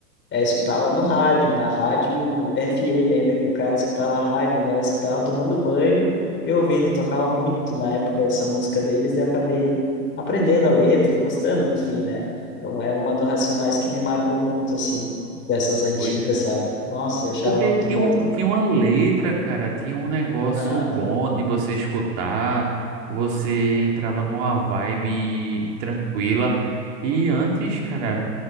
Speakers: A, on the left; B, on the right.
A: é, escutava no rádio, na rádio FM ainda, que o cara escutava rádio, né? Eu escutava tomando banho e ouvindo, tocava muito na época essa música deles, e eu acabei aprendendo a letra e gostando no fim, né? Então é uma dos Racionais que me marcou muito, assim, dessas antigas,
B: Coisa.
A: sabe? Nossa, eu achava
B: Porque
A: muito
B: tinha,
A: boa.
B: um, tinha uma letra, cara. Tinha um negócio
A: Ah,
B: bom de você escutar. Você entrava numa vibe tranquila. E antes, cara.